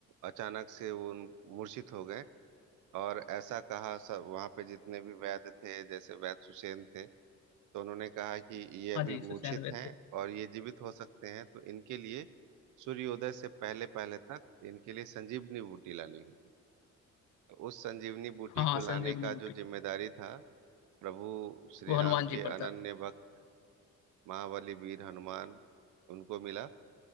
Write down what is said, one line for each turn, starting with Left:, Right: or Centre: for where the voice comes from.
Right: अचानक से वो मूर्छित हो गए और ऐसा कहा सब वहां पे जितने भी वैद्य थे जैसे वैद्य सुषेण थे तो उन्होंने कहा कि ये अभी
Left: हाँ जी सुसैन
Right: मूर्छित
Left: वे थे
Right: हैं और ये जीवित हो सकते हैं तो इनके लिए सूर्योदय से पहले पहले तक इनके लिए संजीवनी बूटी लानी होगी तो उस संजीवनी बूटी
Left: हाँ हाँ
Right: को लाने
Left: संजीवनी
Right: का
Left: बूटी
Right: जो जिम्मेदारी था प्रभु श्री
Left: वो
Right: राम
Left: हनुमान जी
Right: के
Left: पर
Right: अनन्य
Left: था
Right: भक्त महाबली वीर हनुमान उनको मिला